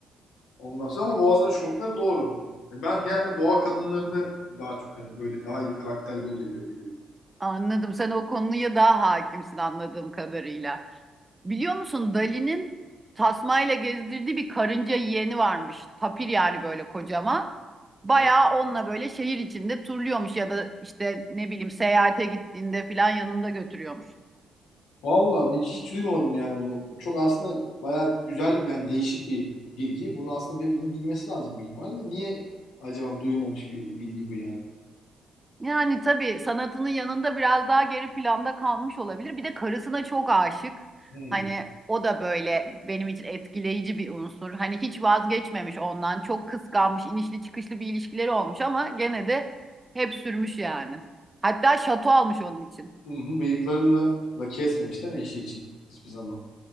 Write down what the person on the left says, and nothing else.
ondan sonra ama boğazları düşündükleri doğru. E, Ben genelde boğa kadınlarını daha çok hani böyle daha iyi karakterli oluyor diyor biliyorum.
E,
Vallahi hiç, hiç duymadım yani bunu. Çok aslında bayağı güzel yani değişik bir bilgi. Bunu aslında hepimizin bilmesi lazım büyük ihtimalle. Niye acaba duyulmamış bir bilgi bu yani?
Hmm.
Hı hı, Bıyıklarını da kesmemiş değil mi eşi için? Hiçbir zaman